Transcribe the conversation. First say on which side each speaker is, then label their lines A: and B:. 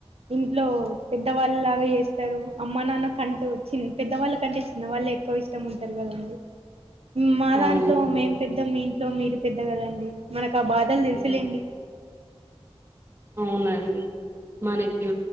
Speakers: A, on the right; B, on the right.
A: ఇంట్లో పెద్దవాళ్ళలాగా చేస్తారు అమ్మ నాన్న కంటూ చి పెద్దవాళ్ళకంటే చిన్న వాళ్ళే ఎక్కువ ఇష్టం ఉంటది కదండి మా దాంట్లో
B: అవునండి
A: మేం పెద్ద మేం లో మీరు పెద్దగదండి మనకు ఆ బాధ వాల్ తెలుసులేండి
B: ఉమ్ అవునండి మనకి